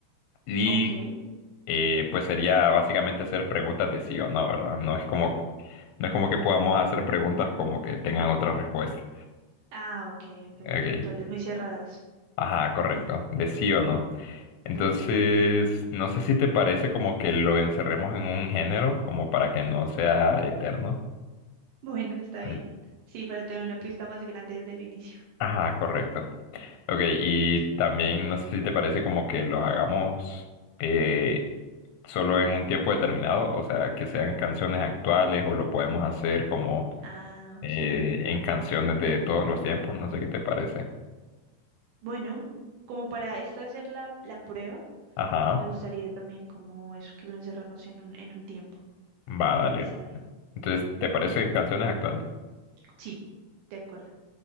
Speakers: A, on the left; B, on the right.
A: Y
B: Ok.
A: eh, pues sería básicamente hacer preguntas de sí o no, ¿verdad? No es como, no es como que podamos hacer preguntas como que tengan otra respuesta.
B: Ah, ok, ok,
A: Ok.
B: muy puntuales, muy cerradas.
A: Ajá, correcto.
B: Ok,
A: De sí o no. Entonces,
B: perfecto. <laughs>
A: no sé si te parece como que lo encerremos en un género, como para que no sea eterno.
B: Bueno, está
A: Eh,
B: bien. Sí, para tener una pista más grande del del inicio.
A: Ajá, correcto. Ok, y
B: Perfecto.
A: también no sé si te parece como que lo hagamos eh, solo en un tiempo determinado, o sea, que sean canciones actuales o lo podemos hacer como
B: Ah, ok.
A: eh, en canciones de todos los tiempos, no sé qué te parece.
B: Bueno, como para esta hacer la, la prueba,
A: Ajá,
B: me gustaría también como eso que lo encerramos en un, en un tiempo.
A: va, dale.
B: Está bien.
A: Entonces, ¿te parece en canciones actuales?
B: Sí, de acuerdo.